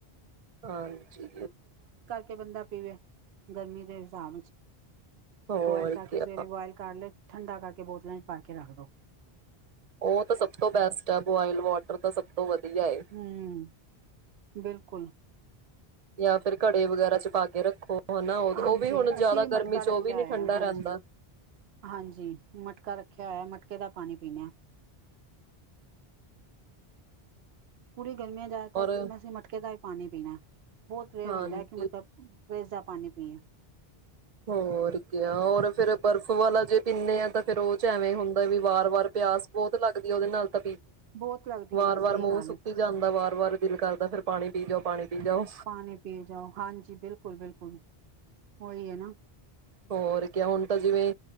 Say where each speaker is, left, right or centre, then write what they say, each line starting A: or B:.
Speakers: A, on the right; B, on the right.
A: ਹਾਂਜੀ
B: ਕੇ ਬੰਦਾ ਪੀਵੇ ਗਰਮੀ ਦੇ ਹਿਸਾਬ ਚ
A: ਹੋਰ
B: ਬੋਇਲ ਕਰਕੇ
A: ਕਿਆ
B: ਸਵੇਰੇ ਬੋਇਲ ਕਰ ਲੈ ਠੰਡਾ ਕਰਕੇ ਬੋਤਲਾਂ ਚ ਪਾ ਕੇ ਰੱਖ ਲਓ।
A: ਉਹ ਤਾਂ ਸਭ ਤੋਂ ਬੈਸਟ ਹੈ, ਬੁਆਇਲ ਵਾਟਰ ਤਾਂ ਸਭ ਤੋਂ ਵਧੀਆ ਏ।
B: ਹੂੰ ਬਿਲਕੁਲ
A: ਜਾਂ ਫਿਰ ਘੜੇ ਵਗੈਰਾ ਚ ਪਾ ਕੇ ਰੱਖੋ। ਹਨਾ ਉਹ
B: ਹਾਂਜੀ
A: ਵੀ ਹੁਣ ਜ਼ਿਆਦਾ
B: ਅਸੀਂ ਵੀ
A: ਗਰਮੀ
B: ਮਟਕਾ
A: ਚ
B: ਰੱਖਿਆ
A: ਉਹ ਵੀ ਨੀ
B: ਹੋਇਆ
A: ਠੰਡਾ
B: ਹਾਂਜੀ
A: ਰਹਿੰਦਾ।
B: ਹਾਂਜੀ ਮਟਕਾ ਰੱਖ ਰਖਿਆ ਹੋਇਆ ਮਟਕੇ ਦਾ ਪਾਣੀ ਪੀਂਦੇ ਆ। <unintelligible> ਗਰਮੀਆਂ ਚ ਜ਼ਿਆਦਾਤਰ
A: ਔਰ
B: ਅਸੀਂ ਮਟਕੇ ਦਾ ਈ ਪਾਣੀ ਪੀਣਾ ਬਹੁਤ ਰੇਅਰ
A: ਹਾਂਜੀ
B: ਹੁੰਦਾ ਕਿ ਮਤਲਬ ਫਰਿੱਜ ਪਾਣੀ ਪੀਆਂ
A: ਹੋਰ ਕਿਆ, ਹੋਰ ਫਿਰ ਬਰਫ ਵਾਲਾ ਜੇ ਪੀਨੇ ਆ ਤਾਂ ਫਿਰ ਉਹ ਚ ਐਵੇਂ ਹੁੰਦਾ ਵੀ ਵਾਰ-ਵਾਰ ਪਿਆਸ ਬਹੁਤ ਲੱਗਦੀ ਉਹਦੇ ਨਾਲ ਤਾਂ
B: ਬਹੁਤ ਲੱਗਦੀ
A: ਵਾਰ-ਵਾਰ
B: ਹੈ ਸਹੀ
A: ਮੂੰਹ
B: ਗੱਲ
A: ਸੁੱਕੀ
B: ਹੈ
A: ਜਾਂਦਾ ਵਾਰ-ਵਾਰ ਦਿਲ ਕਰਦਾ ਫਿਰ ਪਾਣੀ ਪੀ ਜਾਓ ਪਾਣੀ ਪੀ ਜਾਓ
B: ਪਾਣੀ ਪੀ ਜਾਓ ਹਾਂਜੀ ਬਿਲਕੁਲ- ਬਿਲਕੁਲ ਉਹੀ ਹੈ ਨਾ
A: ਹੋਰ ਕਿਆ ਹੁਣ ਜਿਵੇਂ